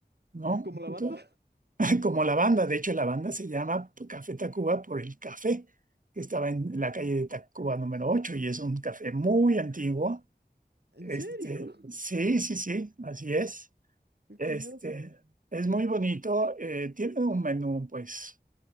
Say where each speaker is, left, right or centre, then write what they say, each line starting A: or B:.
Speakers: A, on the right (about 50°); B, on the right (about 65°).
A: ¿no?
B: ¿es como la banda?
A: To- <laughs> Como la banda, de hecho la banda se llama Café Tacuba por el café, que estaba en la calle de Tacuba número 8 y es un café muy antiguo
B: <laughs> ¿En
A: este,
B: serio?
A: sí, sí, sí, así es.
B: Qué curioso.
A: Este, es muy bonito. eh, tiene un menú, pues,